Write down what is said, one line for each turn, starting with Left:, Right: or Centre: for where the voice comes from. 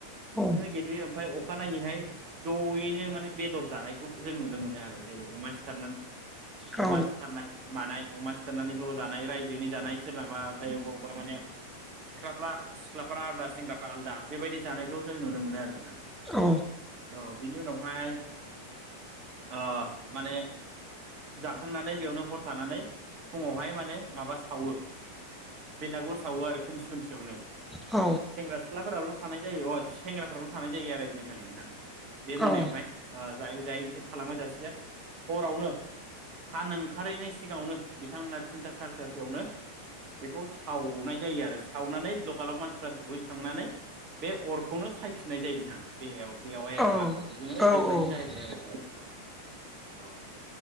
Centre: औ
Right: बिदिनो गेलेयो ओमफाय अखानायैहाय जयैनो माने बेदर जानायखौ जों नुनो मोनो आरो जेरै अमा सिथारनानै
Centre: औ
Right: अमा सिथारनाय मानाय अमा सिथारनानै ज' जानाय रायजोयैनि जानाय सोरनाबा ओमफाय अबा अबावबा माने सिख्लाफ्रा सि- ख्लाफ्रा आलदा सेंग्राफ्रा आलदा बेबायदि जानायखौ जों नुनो मोनो आरो नोंथां
Centre: औ
Right: औ बिनि उनावहाय ओ माने जाखांनानै बेयावनो हर थानानै फुङावहाय माने माबा सावो बेलागुर सावो आरो खोम सियावनो
Centre: औ
Right: सेंग्रा सिख्लाफोराबो थानाय जायो अ सेंग्राफ्राल' थानाय जायो आरो ओइदिनखालि नोंथां। बे
Centre: औ
Right: मोनायावहाय ओ जायै जायै बिसोर थालांबाय थासिगोन हरावनो हान ओंखारहैनाय सिगाङावनो बिथांमोना थिनथा सारिथासोयावनो बेखौ सावनाय जायो आरो सावनानै ल गालक मानसिफ्रा दुगैखांनानै बे अरखौनो सायफिननाय जायो नोंथां बेयाव बेवहाय आरो
Centre: औ
Right: मागोआव बेजोंनो
Centre: औ
Right: जोबनाय
Centre: उम
Right: जाहैबाय आरो औ औ औ